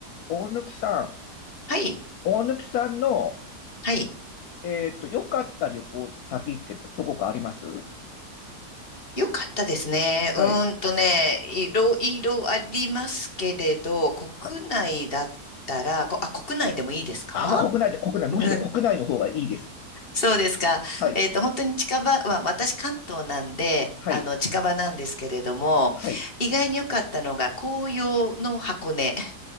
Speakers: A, on the left; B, on the left.
A: 大貫さん、
B: はい。
A: 大貫さんの、
B: はい。
A: えっと、良かった旅行先ってどこかあります
B: よかったですね。
A: はい。
B: うーんとね、いろいろありますけれど、国内だったら、
A: はい。
B: こ、あ、国内でもいいですか
A: あ、もう国内で、国内、
B: うん
A: むしろ国内の方がいいです。
B: <laughs> そうですか。
A: はい。
B: えっと、本当に近場、まあ、私関東なんで、
A: はい。
B: あの、近場なんですけれども、
A: はい。
B: 意外に良かったのが紅葉の箱根。